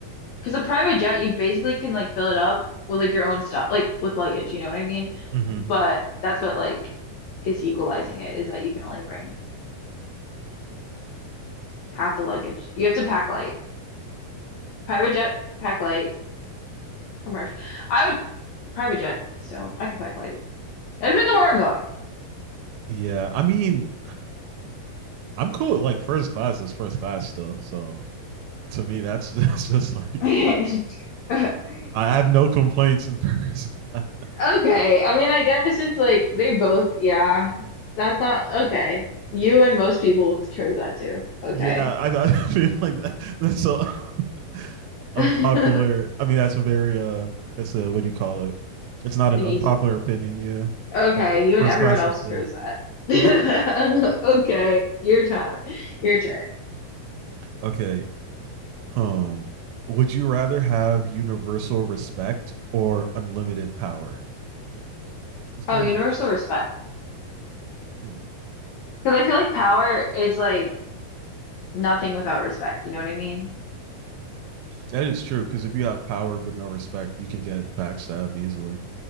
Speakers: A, on the left (about 75°); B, on the right (about 85°).
A: because a private jet, you basically can like fill it up with like your own stuff, like with luggage, you know what I mean?
B: hmm
A: But that's what like is equalizing it is that you can only bring half the luggage. You have to pack light. Private jet, pack light, commercial. I would private jet so I could pack light. It depends on where
B: Yeah, I mean, I'm cool. with, Like first class is first class still. So to me, that's <laughs> that's just like
A: I'm going. <laughs>
B: I have no complaints in <laughs> first class.
A: Okay. I mean, I guess it's like they both, yeah. That's not okay. You and most people chose that too. Okay.
B: Yeah, I, I <laughs> feel like that, that's so <laughs>
A: <laughs>
B: unpopular.
A: An
B: I mean, that's a very uh, that's a what do you call it? It's not an
A: easy
B: unpopular
A: one.
B: opinion. Yeah,
A: Okay,
B: like
A: you
B: first
A: and everyone
B: class
A: else
B: is cool.
A: chose that.
B: Yeah.
A: <laughs> Okay, your time, your turn.
B: Okay. Um, would you rather have universal respect or unlimited power? It's kind
A: Oh, universal
B: of
A: respect.
B: Hmm.
A: Because I feel like power is like nothing without respect. You know what I mean?
B: That is true because if you have power but no respect, you can get backstabbed easily.